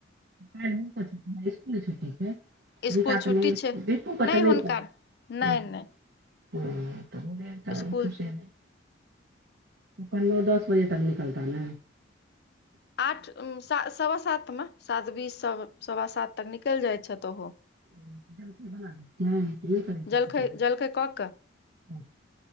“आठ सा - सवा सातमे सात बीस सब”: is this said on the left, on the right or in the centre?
Left